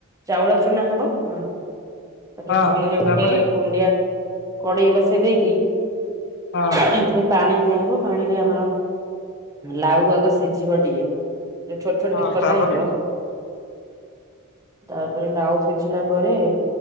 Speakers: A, on the right; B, on the left.
A: ଚାଉଳ ଚୁନା ହବ, ହଁ। ତାପରେ
B: ହଁ
A: ଚୁଲିରେ ଗୋଟେ
B: ତାପରେ
A: କୁଣ୍ଡିଆ କଡେଇ ବସେଇ ଦେଇକି
B: ହଁ।
A: ସେଥିରେ ପାଣି ଦିଆହବ ପାଣିରେ ଆମର ଲାଉ ଆଗ ସି ସିଝିବ ଟିକେ ଯୋଉ ଛୋଟ ଛୋଟ
B: ହଁ
A: ପିସ୍ କଟା
B: ତାପରେ
A: ହେଇଥିବ ତାପରେ ନାଉ ସିଝିଲା ପରେ